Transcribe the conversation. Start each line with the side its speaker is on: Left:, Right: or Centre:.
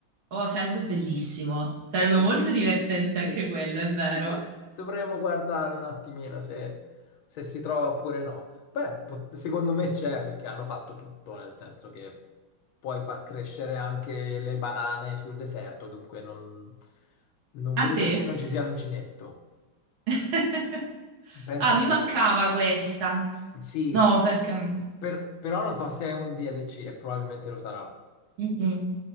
Right: Oh, sarebbe bellissimo, sarebbe
Left: Sì.
Right: molto divertente
Left: Che...
Right: anche quello, è vero.
Left: Devo- Dovremmo guardare un attimino se, se si trova oppure no. Beh, po- secondo me c'è perché hanno fatto tutto, nel senso che puoi far crescere anche le banane sul deserto, dunque non, non
Right: Ah,
Left: vedo
Right: sì?
Left: perché non ci sia l'uncinetto.
Right: <laughs>
Left: Pensa
Right: Ah, mi
Left: tu.
Right: mancava questa.
Left: Sì,
Right: No, perché
Left: per- però non so se è un DLC e probabilmente lo sarà.
Right: Mm-mm.